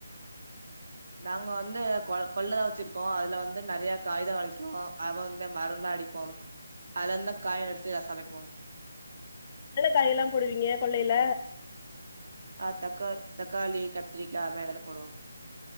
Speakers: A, on the right; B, on the left.
A: நாங்க வந்து கொ கொல்லதா வச்சிருக்கோ அதுல வந்து நெறய காய்தா வெளைக்கு அத வந்து மருந்தா அடி போம் அதிலருந்து காய்ல்லா எடுத்து‌ சமைப்போ
B: என்னென்ன காயெல்லா போடுவீங்க கொல்லைல
A: ஆ தக்கா தக்காளி கத்திரிக்காய் அந்த மாரி எல்லாமே போடுவோ